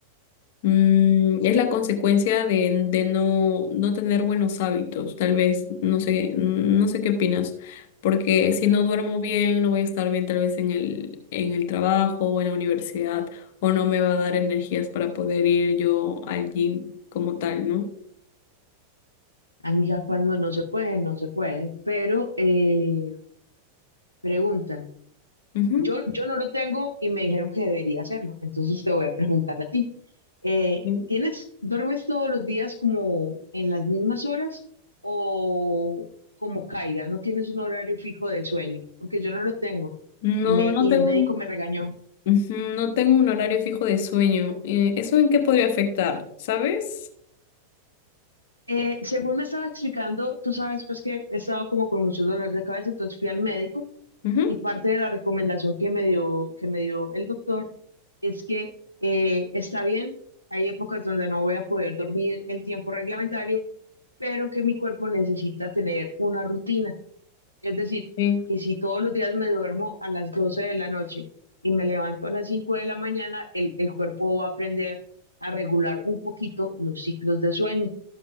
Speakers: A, on the left; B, on the left.
A: Mm, es la consecuencia de, de no, no tener buenos hábitos, tal vez, no sé, no sé qué opinas, porque si no duermo bien, no voy a estar bien tal vez en el, en el trabajo o en la universidad, o no me va a dar energías para poder ir yo al gym como tal, no
B: amiga, cuando no se puede, no se puede. Pero eh, pregunta,
A: Ujú.
B: yo, yo no lo tengo y me dijeron que debería hacerlo, entonces te voy a preguntar a ti. Eh,
A: Mm.
B: ¿tienes, duermes todos los días como en las mismas horas o como caiga? ¿No tienes un horario fijo de sueño? Porque yo no lo tengo
A: No,
B: y, me,
A: no
B: y
A: tengo
B: el médico
A: un,
B: me regañó.
A: ujú, no tengo un horario fijo de sueño. Eh, ¿eso en qué podría afectar? ¿Sabes?
B: Eh, según me estaba explicando, tú sabes pues que he estado como con muchos dolores de cabeza, entonces fui al médico
A: Ujú.
B: y parte de la recomendación que me dio, que me dio el doctor es que eh, está bien, hay épocas donde no voy a poder dormir el tiempo reglamentario, pero que mi cuerpo necesita tener una rutina. Es decir,
A: Sí,
B: que si todos los días me duermo a las 12 de la noche y me levanto a las 5 de la mañana, el, el cuerpo va a aprender a regular un poquito los ciclos de sueño,